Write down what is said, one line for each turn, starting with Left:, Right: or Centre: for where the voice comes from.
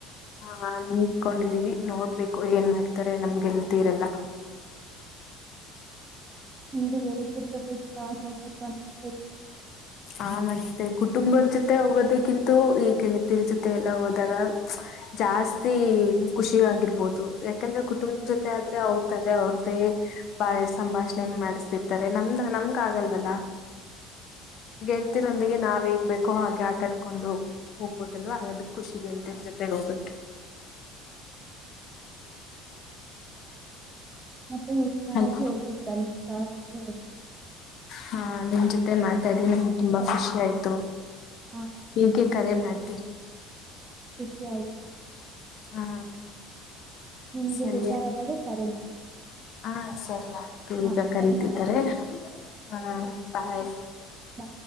Left: ಹಾ ನಿಂಕೊಂಡಿದೀವಿ ನೋಡ್ಬೇಕು ಏನ್ ಮಾಡ್ತಾರೆ ನಮ್ಗೆಲ್ತೀರಲ್ಲ
Right: ಹಿಂದಿಿಗೆಡತಿದ್ದತೆ ತವಾಸ ಒಬೇಕಿಕ್ನ್ನ
Left: ಆ ಮತ್ತೆ ಕುಟುಂಬದ ಜೊತೆ ಹೋಗೋದಕ್ಕಿಂತ ಈ ಗೆಳತರ ಜೊತೆ ಎಲ್ಲ ಹೋದಾಗ ಜಾಸ್ತಿ ಖುಷಿ ಆಗಿರ್ಬೋದು ಯಾಕಂದ್ರೆ ಕುಟುಂಬ ಜೊತೆ ಆದ್ರೆ ಅವ್ರ ತದೇ ಅವ್ರ್ದೇ ಬಾಳ್ ಸಂಭಾಷಣೆನ್ ಮಾಡಿಸತಿರ್ತಾರೆ ನಮ್ದ ನಮಗ ಆಗಲ್ವಲ್ಲ ಗೆಲ್ತಿರೊಂದಿಗೆ ನಾವ್ ಹೇಗ್ಬೇಕೋ ಹಾಗೆ ಆಟಾಡ್ಕೊಂಡು ಹೋಗ್ಬೋದಲ್ವಾ ಅದ ಖುಷಿ ಗೆಲ್ತಿರ ಜೊತೆಗೆ ಹೋಗ್ಕ್ಕೆ
Right: ಮತ್ತೆ ಹುಷಾರಾಗಿ
Left: ಅಲ್
Right: ಹೋಗ್ಬಿಟ್ಟ ಬನ್ನಿ ಹ ಹ
Left: ಹಾ ನಿಮ್ ಜೊತೆ ಮಾತಾಡಿ ನಂ್ಗೆ ತುಂಬಾ ಖುಷಿ ಆಯ್ತು
Right: ಹಾ
Left: ಈಗೆ ಕರೆ ಮಾಡ್ತೀರಿ
Right: ಖುಷಿಯಾಗಿ
Left: ಹಾ
Right: ನಿಮಗೆ
Left: ಸರಿಯ
Right: ಬೇಜಾರಾದಾಗ ಕರೆ ಮಾಡಿ
Left: ಹಾ ಸರಿ ಆಯತು
Right: ಹಾಂ
Left: ಈಗ ಕರಿತಿದ್ದಾರೆ
Right: ಧನ್ಯವಾದಗಳು
Left: ಹಾ ಬಾಯ್
Right: ಬಾಯ್